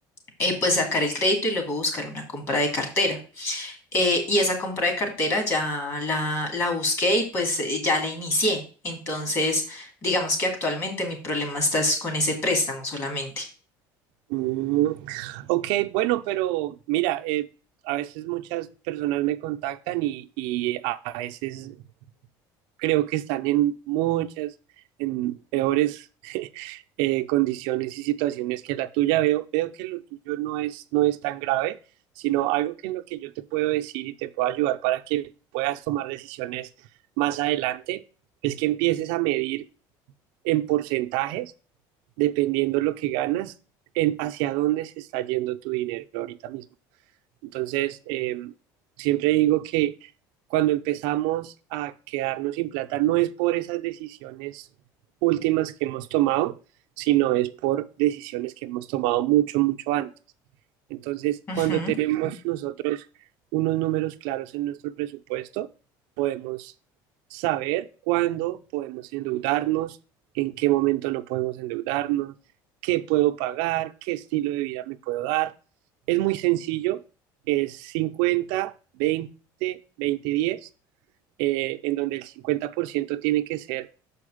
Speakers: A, on the left; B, on the right.
A: eh, pues sacar el crédito y luego buscar una compra de cartera. Eh, y esa compra de cartera ya la, la busqué y pues eh, ya la inicié. Entonces, digamos que actualmente mi problema está es con ese préstamo solamente.
B: Mm, ok, bueno, pero mira, eh, a veces muchas personas me contactan y, y a a veces creo que están en muchas, en peores <laughs> eh, condiciones y situaciones que la tuya. Veo, veo que lo tuyo no es, no es tan grave, sino algo que en lo que yo te puedo decir y te puedo ayudar para que puedas tomar decisiones más adelante, es que empieces a medir en porcentajes, dependiendo lo que ganas, en hacia dónde se está yendo tu dinero ahorita mismo. Entonces, eh, siempre digo que cuando empezamos a quedarnos sin plata no es por esas decisiones últimas que hemos tomado, sino es por decisiones que hemos tomado mucho, mucho antes. Entonces,
A: Ujú.
B: cuando tenemos nosotros unos números claros en nuestro presupuesto, podemos saber cuándo podemos endeudarnos, en qué momento no podemos endeudarnos, qué puedo pagar, qué estilo de vida me puedo dar. Es muy sencillo es 50 20 20 diez eh, en donde el 50% tiene que ser